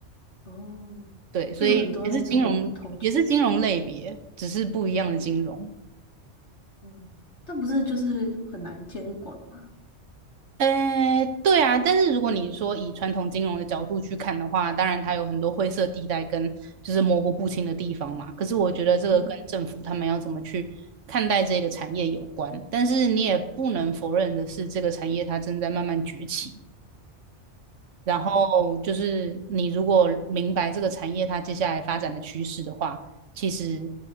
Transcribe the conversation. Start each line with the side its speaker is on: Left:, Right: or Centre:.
Left: 哦，
Right: 对，所以也是金融，
Left: 会有很多那种投机，
Right: 也是金融类别，只是不一样的金融。
Left: 嗯，但不是就是很难监管吗？
Right: 呃，对啊，但是如果你说以传统金融的角度去看的话，当然它有很多灰色地带跟就是模糊不清的地方嘛。可是我觉得这个跟政府他们要怎么去看待这个产业有关，
Left: 嗯
Right: 但是你也不能否认的是，这个产业它正在慢慢崛起。然后就是你如果明白这个产业它接下来发展的趋势的话，
Left: 嗯
Right: 其实，